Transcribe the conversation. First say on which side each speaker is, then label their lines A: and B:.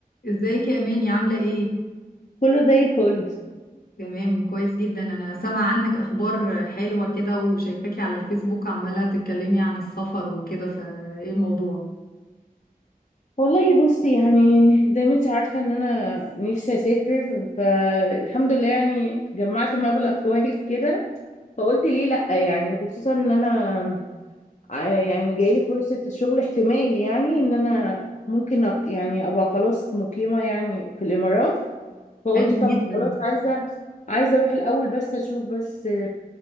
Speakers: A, on the left; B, on the left.
A: ازيك يا اماني عامله ايه
B: كله زي الفل
A: تمام كويس جدا انا سامعه عنك اخبار حلوه كده وشايفاكي على الفيسبوك عماله تتكلمي عن السفر وكده فايه الموضوع
B: والله بصي يعني زي ما انت عارفة ان انا نفسي اسافر فالحمد لله يعني جمعت مبلغ <laughs> كويس كده فقلت ليه لأ يعني خصوصا ان انا ع- يعني جايلي فرصة الشغل احتمال يعني ان انا ممكن أق- يعني ابقى خلاص مقيمة يعني في الامارات فقلت
A: حلو
B: طب
A: جدا
B: خلاص عايزة عايزة اروح الاول بس اشوف بس